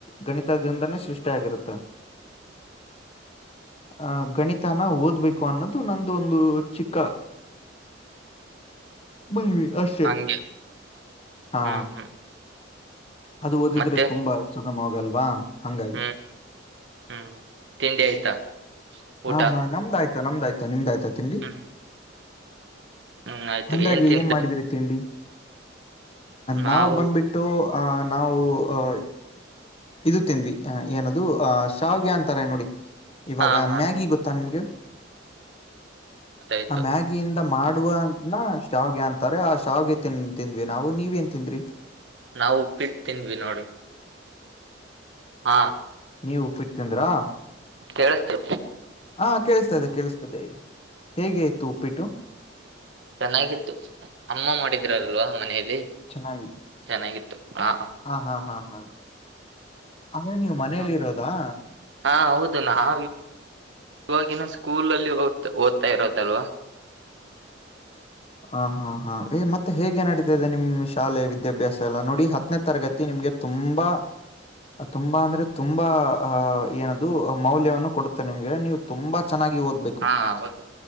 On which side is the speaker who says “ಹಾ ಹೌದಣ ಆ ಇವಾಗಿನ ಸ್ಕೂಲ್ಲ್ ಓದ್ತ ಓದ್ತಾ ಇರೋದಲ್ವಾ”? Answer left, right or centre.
Right